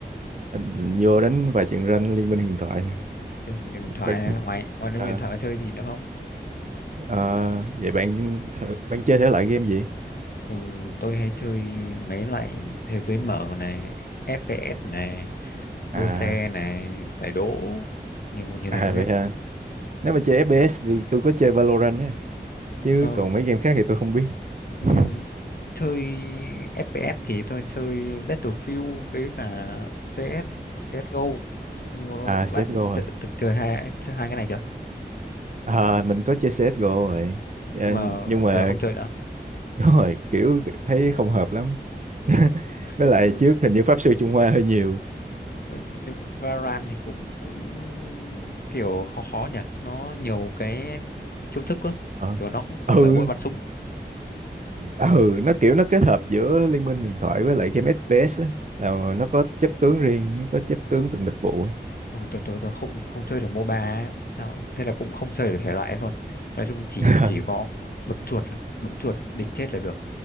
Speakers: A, on the right; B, on the left.
A: Định vô đánh vài trận rank Liên minh huyền thoại. nè.
B: Chơi game điện thoại
A: Bạn,
B: ngoài ngoài game
A: ờ,
B: điện thoại có chơi gì nữa không?
A: ờ, vậy bạn thử- bạn chơi thể loại game gì?
B: Ừ, tôi hay chơi mấy loại thế giới mở này, FPS này, đua
A: À,
B: xe này, giải đố, nhiều nhiều
A: à
B: thể loại game.
A: vậy ha. Nếu mà chơi FPS thì tôi có chơi Valorant ấy. Chứ
B: Ừ,
A: còn mấy game khác thì tôi không biết.
B: Ừm,
A: <laughs>
B: chơi FPS thì tôi chơi Battlefield với cả CS CSGO Không có-
A: À
B: bạn
A: CSGO
B: tự,
A: à.
B: từng chơi hai chơi hai cái này chưa
A: À mình có chơi CSGO rồi. Dạ,
B: nhưng mà
A: nhưng mà
B: giờ không chơi nữa
A: <laughs> đúng rồi, kiểu thấy không hợp lắm.
B: ừ,
A: <laughs>
B: không.
A: Với lại
B: Nhưng,
A: trước hình như Pháp sư Trung Hoa hơi nhiều.
B: ờ, nhưng Valorant thì cũng cũng kiểu khó khó nhỉ nó nhiều cái chiêu thức quá
A: Ờ.
B: kiểu nó không không
A: ừ
B: phải mỗi bắn súng
A: ừ nó kiểu nó kết hợp giữa Liên minh huyền thoại với lại game FPS á là nó có chất tướng riêng nó có chất tướng từng đặc vụ ấy
B: Ừ, tôi, tôi, tôi không không chơi được MOBA ấy. Sao thế là cũng không chơi được thể loại ấy luôn nói chung chỉ
A: <laughs>
B: chỉ có bấm chuột thôi. bấm chuột địch chết là được